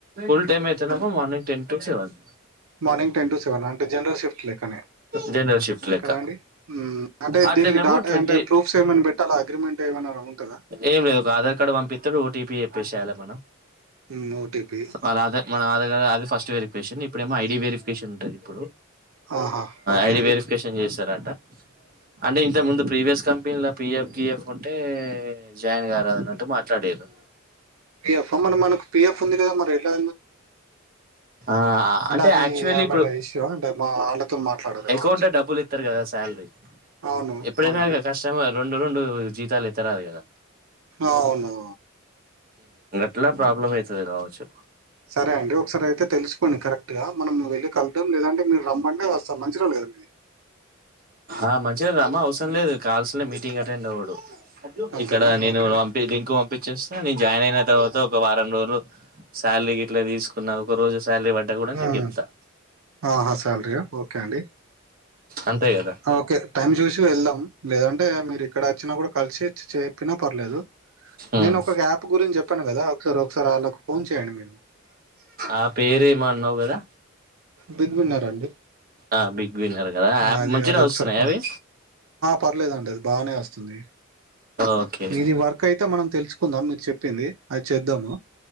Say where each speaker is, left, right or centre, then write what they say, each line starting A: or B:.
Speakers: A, on the right; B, on the right.
A: ఫుల్ టైమ్ ఎ మనింగ్ టెన్ టటువెన్
B: మార్నింగ్ టెన్ టు సెవెన్ అంటే జనరల్ షిఫ్ట్ ెక్కనే
A: జనరల్ షిఫ్ట్ లెక్క
B: కదా అండి అంటే
A: అట్లనేమో
B: దీనికి డాటా
A: ట్వంటీ
B: అంటే ప్రూఫ్స్ ఏమైనా పెట్టాలా అగ్రిమెంట్ ఏమైనా ఉంటుందా
A: ఏం లేదు ఆధార్ కార్డు పంపి ఓటీపీ చెప్పేసేయాలి మనం
B: మోటిపి
A: వాళ్ళ ఆధార్ మన అది ఫస్ట్ వెరిఫికవషన్ ఇప్పుడు ఏమ ఐడి వెరిఫ ప్పు
B: ఆహా ఓకే
A: ఐ
B: అండి
A: వెరిఫికేషన్ జరాట అంటే ఇంత ముందు ప్రీవియస్ క పిల్లా పీఎఫ్ గఎఫ కుంటే జాయిన్ గారుదన్నట్టు మాట్లాడారు
B: పిఎఫ్ మరి మకు పిఎఫ్ ఉంది కదా మరి ఎట్లా
A: ఆ అంటే
B: అది
A: యాక్చువల్లీ
B: ఏమైనా
A: ఇప్పుడు
B: ఇష్యూ అంటే మా వాళ్ళతో మాట్లాడాలి
A: అకౌంట్
B: కావచ్చు
A: లో డబ్బులు ఇస్తారు కదా శాలరీ
B: అవును
A: ఎప్పుడైనా
B: అవునండి
A: కస్టమర్ రెండు రెండు జీతాలు ఎత్తరా కదా
B: అవును అవును
A: ఎట్లా ప్రాబ్లమ్
B: మ్మ్.
A: అవుతుంది కావచ్చు
B: సరే అండి ఒకసారి అయితే తెలుసుకోండి కరెక్ట్గా మనం వెళ్ళి కళ్తాం లేదంటే మీరు రమ్మంటే వస్తాం మంచి రళ్ాలు కదా మీది
A: ఆ మంచిగా రమ్మా అవసరం లేదు కాల్సనే మీటింగ్ అటెండ్ అవ్వడు
B: అంతేనా
A: ఇక్కడ నేను
B: ఓకే
A: పంపి లింకు పంపించేస్తా నేను జాయిన్ అయిన తర్వాత ఒక వారం రోజులు శాలరీకి ఇట్లా తీసుకున్నా ఒక రోజు శాలరీ పాడా కూడా
B: మ్మ్.
A: నీకు ఇస్తా
B: ఆహా సల్్రియా ఓకే అండి
A: అంతే కదా
B: ఓకే టైమ్ చూసి వెళ్దాం లేదంటే మీరు ఇక్కడ వచ్చినా కూడా కలిసి చెప్పినా పర్లేదు
A: ఉమ్
B: నేను ఒక యాప్ గురించి చెప్ప చెప్పాను కదా ఒకసారి ఒకసారి వాళ్ళకి ఫోన్ చేయండి మీరు
A: ఆ పేరు ఏమ అన్నావు కదా
B: బిగబన్నారాండి
A: ఆ బిగ్ విన్నర్ కదా యాప్
B: అది
A: మంచినే
B: అది ఒకసారి
A: వస్తున్నాయి
B: ఫోన్
A: అవి
B: పర్లేదండి అది బాగానే వస్తుంది
A: ఓకే
B: వీది వరకు అయితే మనం తెలుసు చెప్పుకుందాం మీరు చెప్పింది అది చేద్దాము